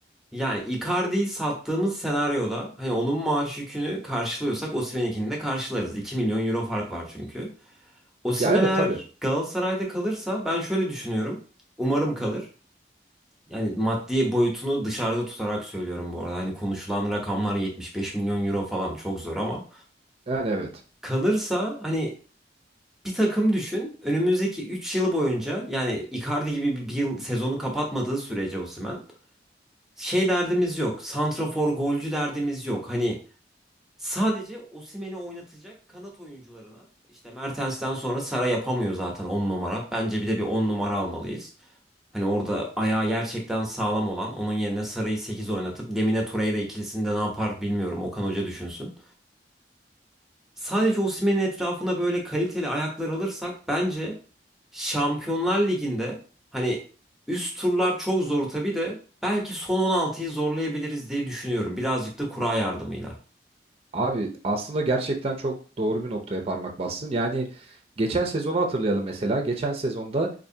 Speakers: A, in the centre; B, on the right (about 35°).
A: Yani Icardi'yi sattığımız senaryoda hani onun maaş yükünü karşılıyorsak Osimhen'inkini de karşılarız. 2 milyon euro fark var çünkü. Osimhen
B: Ya evet
A: eğer
B: tabii.
A: Galatasaray'da kalırsa ben şöyle düşünüyorum. Umarım kalır. Yani maddi boyutunu dışarıda tutarak söylüyorum bu arada. Hani konuşulan rakamlar 75 milyon euro falan çok zor ama
B: Yani evet.
A: kalırsa hani bir takım düşün. Önümüzdeki 3 yıl boyunca yani Icardi gibi bir, bir yıl sezonu kapatmadığı sürece Osimhen şey derdimiz yok. Santrafor golcü derdimiz yok. Hani sadece Osimhen'i oynatacak kanat oyuncularına işte Mertens'ten sonra Sara yapamıyor zaten 10 numara. Bence bir de bir 10 numara almalıyız. Hani orada ayağı gerçekten sağlam olan onun yerine Sara'yı 8 oynatıp Lemine Torreira ikilisini de ne yapar bilmiyorum. Okan Hoca düşünsün. Sadece Osimhen'in etrafına böyle kaliteli ayaklar alırsak bence Şampiyonlar Ligi'nde hani üst turlar çok zor tabii de belki son 16'yı zorlayabiliriz diye düşünüyorum. Birazcık da kura yardımıyla.
B: Abi aslında gerçekten çok doğru bir noktaya parmak bastın. Yani geçen sezonu hatırlayalım mesela. Geçen sezonda